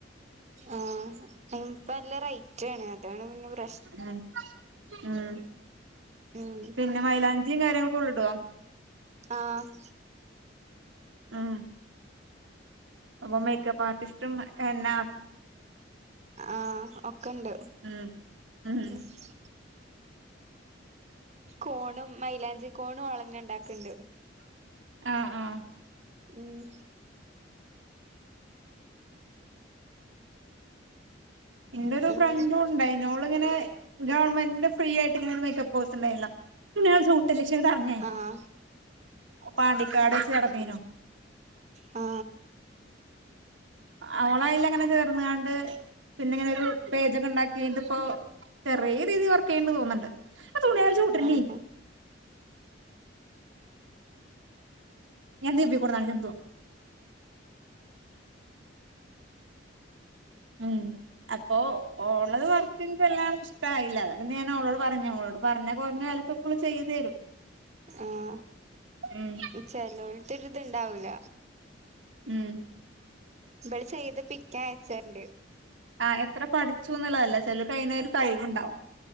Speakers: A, on the right; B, on the right.
A: ആഹ് ഇപ്പം നല്ല റേറ്റ് ആണ് അതാണ് പിന്നെ പ്ര
B: മ്മ് മ്മ്
A: ഉം
B: പിന്നെ മൈലാഞ്ചിയും കാര്യങ്ങളൊക്കെ ഓളിടോ
A: ആഹ്
B: മ്മ് അപ്പൊ മേക്കപ്പ് ആർട്ടിസ്റ്റും എന്നാ
A: ആഹ് ഒക്കെണ്ട്
B: ഉം ഉം
A: മ്മ് കോണും മൈലാഞ്ചി കോണും ഓളന്നെ ഉണ്ടാക്കണ്ട്
B: ആഹ് ആഹ്
A: മ്മ്
B: എൻ്റെ ഒരു
A: ഉം
B: ഫ്രണ്ടും ഉണ്ടായിന് ഓളിങ്ങനെ ഗവൺമെന്റിന്റെ ഫ്രീ ആയിട്ട് ഇങ്ങനെ ഒരു മേക്കപ്പ് കോഴ്‌സ് ഉണ്ടാരുന്നല്ലോ പത്ത ലക്ഷം ക പറഞ്ഞേ
A: ആഹ്
B: പാണ്ടിക്കാട് വെച്ച് കടന്നീനോ <unintelligible>
A: ആ
B: അവളായില എങ്ങനെ ചേർന്ന കണ്ട് പിന്നെ ഇങ്ങനെൊ ഒരു പേജൊക്കെ ഉണ്ടാക്കി് ഇപ്പോ ചെറിയ രീതിൽ വർക്ക് ചെയ്യണ്ടി തോന്നുന്നുണ്ട് ആ തുണയാൾ ചവിട്ടലി
A: ആഹ്
B: ഞാൻന്ത്ബ കൊടുതണിക്കന്ത ഉം അപ്പൊ ഉള്ളത് വർക്കില്ല ഇഷ്ടമായില്ല അ അപ്പൊ ഞാൻ അവളോട് പറഞ്ഞ അവളോട് പറഞ്ഞ കുഞ്ഞ ക്ക ചെയ്തു തരും
A: ആഹ
B: ഉം
A: ചെലോലത്തരി ഇത്ണ്ടാവൂല
B: ഉം
A: ഇബള് ചെയ്ത് പിക്കാൻ അയച്ചാറുണ്ട്
B: ആഹ എത്ര പഠിച്ചുന്നുള്ളതല്ല ചെല ക അയിനൊ ഒരു കഴിവുണ്ടാാവും